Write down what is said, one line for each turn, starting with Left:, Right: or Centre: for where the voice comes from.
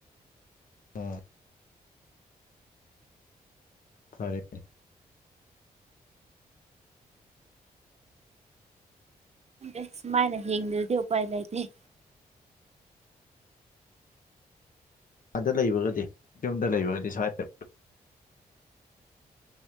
Left: ꯎꯝ ꯐꯔꯦ
Right: ꯎ ꯁꯨꯃꯥꯏꯅ ꯍꯡꯗ꯭ꯔꯗꯤ ꯎꯄꯥꯏ ꯂꯩꯇꯦ
Left: ꯑꯥꯗ ꯂꯩꯕꯒꯗꯤ ꯌꯨꯝꯗ ꯂꯩꯕꯒꯗꯤ ꯁ꯭ꯋꯥꯏꯗ